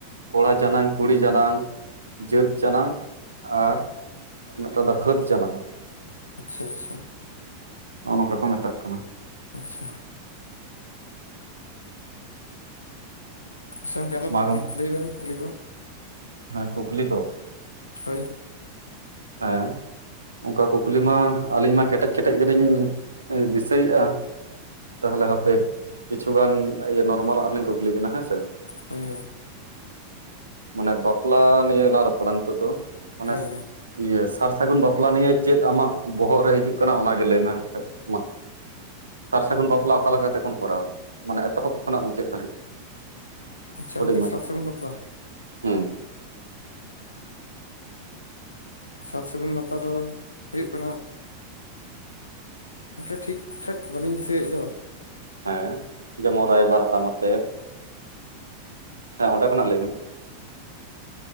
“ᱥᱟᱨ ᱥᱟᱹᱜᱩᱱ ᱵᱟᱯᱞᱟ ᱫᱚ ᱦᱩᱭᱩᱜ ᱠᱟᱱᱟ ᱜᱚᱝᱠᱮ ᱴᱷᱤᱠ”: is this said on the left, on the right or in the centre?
Left